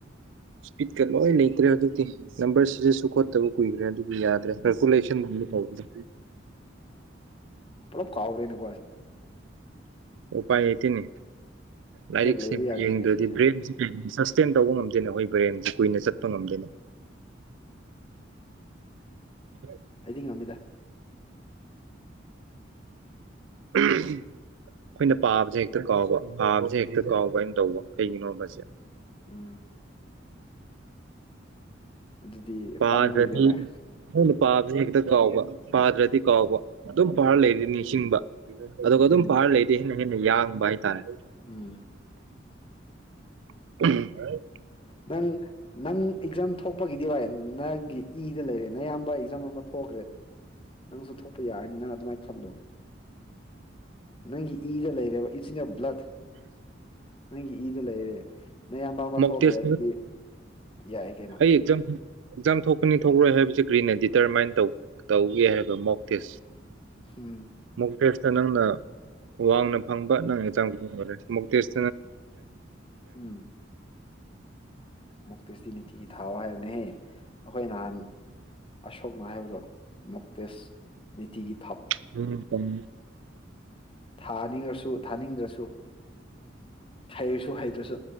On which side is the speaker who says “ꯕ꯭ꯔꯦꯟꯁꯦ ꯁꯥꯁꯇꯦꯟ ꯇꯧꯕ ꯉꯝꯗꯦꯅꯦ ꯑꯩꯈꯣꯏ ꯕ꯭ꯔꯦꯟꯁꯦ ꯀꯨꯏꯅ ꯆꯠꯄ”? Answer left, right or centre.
Right